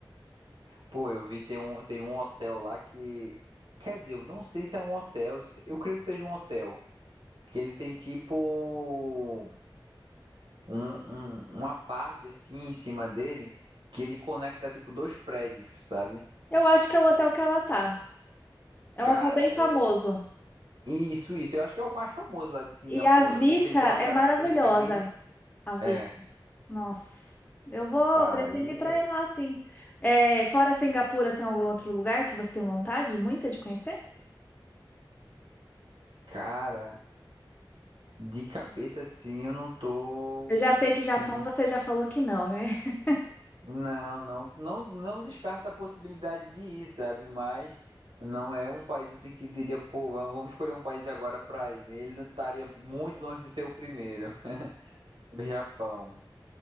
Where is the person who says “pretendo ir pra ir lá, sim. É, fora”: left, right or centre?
Left